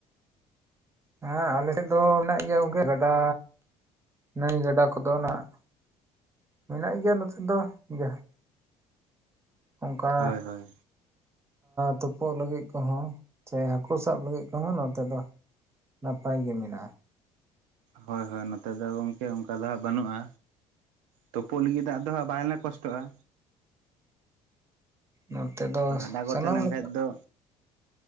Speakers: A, on the right; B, on the right.
A: ᱦᱮᱸ ᱟᱞᱮ ᱥᱮᱫ ᱫᱚ ᱢᱮᱱᱟᱜ ᱜᱮᱭᱟ ᱜᱚᱝᱠᱮ ᱜᱟᱰᱟ ᱱᱟᱹᱭ ᱜᱟᱰᱟ ᱠᱚᱫᱚ ᱱᱟᱜ ᱢᱮᱱᱟᱜ ᱜᱮᱭᱟ ᱱᱚᱛᱮ ᱫᱚ ᱡᱟᱦᱟᱸ ᱚᱝᱠᱟ
B: ᱦᱳᱭ ᱦᱳᱭ
A: ᱛᱩᱯᱩᱜ ᱞᱟᱹᱜᱤᱫ ᱠᱚᱦᱚᱸ ᱪᱮ ᱦᱟᱹᱠᱩ ᱥᱟᱵ ᱞᱟᱹᱜᱤᱫ ᱠᱚᱦᱚᱸ ᱱᱚᱛᱮ ᱫᱚ ᱱᱟᱯᱟᱭ ᱜᱮ ᱢᱮᱱᱟᱜᱼᱟ
B: ᱦᱳᱭ ᱦᱳᱭ ᱱᱚᱛᱮ ᱫᱚ ᱜᱚᱝᱠᱮ ᱚᱱᱠᱟ ᱫᱚ ᱦᱟᱸᱜ ᱵᱟᱹᱱᱩᱜᱼᱟ ᱛᱩᱯᱳ ᱞᱟᱹᱜᱤᱫ ᱫᱟᱜ ᱫᱚᱦᱟᱜ ᱵᱟᱝᱞᱮ ᱠᱚᱥᱴᱚᱜᱼᱟ
A: ᱱᱚᱛᱮ ᱫᱚ
B: ᱟᱫᱚ ᱜᱟᱰᱟ ᱠᱚ
A: ᱥᱟᱱᱟᱢ
B: ᱛᱟᱦᱮᱸ ᱞᱮᱱ
A: ᱞᱮᱠᱟ
B: ᱠᱷᱟᱱ ᱫᱚ